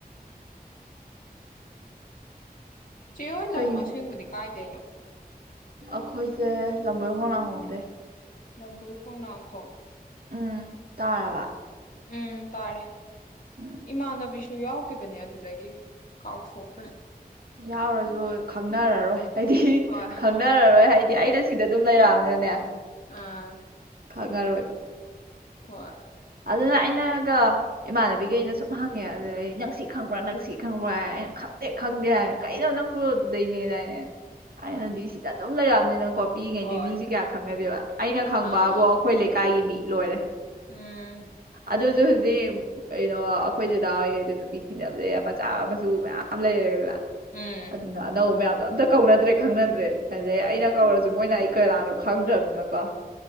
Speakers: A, on the left; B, on the right.
A: ꯆꯦꯍꫭꯏ ꯂꯝ
B: ꯀꯩ
A: ꯑꯁꯦꯡꯕꯗꯤ ꯀꯥꯏꯗꯩꯅꯣ
B: ꯑꯩꯈꯣꯏꯁꯦ ꯂꯝꯕꯣꯏ ꯈꯣꯡꯅꯥꯡ ꯍꯣꯡꯗꯩ
A: ꯂꯝꯕꯨ ꯈꯣꯡꯅꯥꯡꯈꯣ
B: ꯎꯝ ꯇꯥꯔꯕ
A: ꯎꯝ ꯇꯥꯔꯦ
B: ꯎꯝ
A: ꯏꯃꯥꯟꯅꯕꯤꯁꯨ ꯌꯥꯎ ꯊꯣꯛꯈꯤꯕꯅꯦ ꯑꯗꯨꯗꯒꯤ ꯀꯥꯎꯊꯣꯛꯈ꯭ꯔꯦ
B: ꯌꯥꯎꯔꯁꯨ ꯈꯪꯅꯔꯔꯣꯏ ꯍꯥꯏꯗꯤ
A: ꯍꯣꯏ
B: ꯈꯪꯅꯔꯔꯣꯏ ꯍꯥꯏꯗꯤ ꯑꯩꯅ ꯁꯤꯗ ꯑꯗꯨꯝ ꯂꯩꯔꯛꯑꯃꯤꯅ <unintelligible>
A: ꯑꯥ
B: ꯈꯪꯉꯔꯣꯏꯕ
A: ꯍꯣꯏ
B: ꯑꯗꯨꯅ ꯑꯩꯅꯒ ꯏꯃꯥꯟꯅꯕꯤꯈꯩꯅ ꯁꯨꯝ ꯍꯪꯉꯦ ꯑꯗꯨꯗꯩ ꯅꯪ ꯁꯤ ꯈꯪꯕ꯭ꯔꯥ ꯅꯪ ꯁꯤ ꯈꯪ ꯈꯪꯕ꯭ꯔ ꯍꯥꯏ ꯑꯩꯅ ꯈꯪꯗꯦ ꯈꯪꯗꯦ ꯍꯥꯏ ꯀꯩꯅꯣ ꯅꯪꯕꯨ ꯑꯗꯨꯗꯩꯅꯦꯗꯥꯏꯅꯦ ꯑꯩꯅꯗꯤ ꯁꯤꯗ ꯑꯗꯨꯝ ꯂꯩꯔꯛ <unintelligible> ꯄꯤꯛꯏꯉꯩꯗꯩ
A: ꯍꯣꯏ
B: ꯃꯤꯁꯦ ꯀꯌꯥ ꯈꯪꯅꯗꯦꯕ ꯑꯩꯅ ꯈꯪꯕꯕꯣ
A: ꯑꯥ
B: ꯑꯩꯈꯣꯏ ꯂꯩꯀꯥꯏꯒꯤ ꯃꯤ ꯂꯣꯏꯔꯦ
A: ꯎꯝ
B: ꯑꯗꯨꯁꯨ ꯍꯧꯖꯤꯛ ꯀꯩꯅꯣ ꯑꯩꯈꯣꯏ ꯗꯥꯗꯥ ꯍꯣꯏꯈꯩꯗ ꯅꯨꯄꯤ ꯊꯤꯅꯕꯗ ꯃꯆꯥ ꯃꯆꯨ ꯃꯌꯥꯝ ꯂꯩꯔꯦꯗꯅ
A: ꯎꯝ
B: ꯑꯗꯨꯅ ꯑꯅꯧꯕ ꯃꯌꯥꯝ ꯑꯝꯇ ꯀꯧꯅꯗꯔꯦ ꯈꯪꯅꯗ꯭ꯔꯦ ꯑꯗꯩ ꯑꯩꯅ ꯀꯧꯔꯁꯨ ꯃꯣꯏꯅ ꯑꯩ ꯀꯅꯥꯅꯣ ꯈꯪꯗ꯭ꯔꯕꯅꯤꯅꯀꯣ